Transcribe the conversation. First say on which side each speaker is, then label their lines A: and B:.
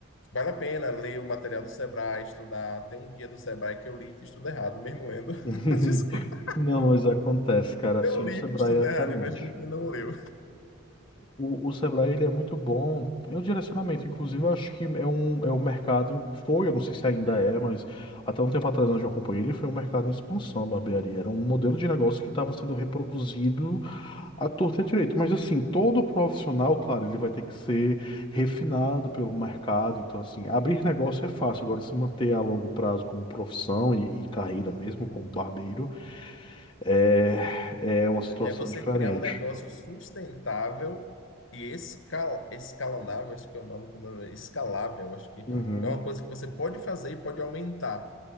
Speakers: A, on the left; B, on the left.
A: vale a pena ler o material do Sebrae, estudar. Tem um guia do Sebrae que eu li e estudo errado, mesmo lendo.
B: <laughs>
A: <laughs> Desculpa,
B: Não, mas acontece, cara.
A: eu
B: Assim,
A: li
B: o Sebrae
A: e estudo
B: é excelente.
A: errado, imagine quem não leu.
B: O, o Sebrae ele é muito bom em um direcionamento. Inclusive, eu acho que é um, é um mercado, foi, eu não sei se ainda é, mas até um tempo atrás onde eu acompanhei, ele foi um mercado em expansão, a barbearia. Era um modelo de negócio que estava sendo reproduzido à torta e à direita. Mas assim, todo profissional, claro, ele vai ter que ser refinado pelo mercado. Então, assim, abrir negócio é fácil. Agora, se manter a longo prazo como profissão e, e carreira mesmo, como barbeiro, é, é uma
A: É
B: situação
A: é você
B: diferente.
A: criar um negócio sustentável e escal, escalonável, acho que é o nome, como é o nome? escalável, acho que
B: Uhum,
A: é uma coisa que você pode fazer e pode aumentar,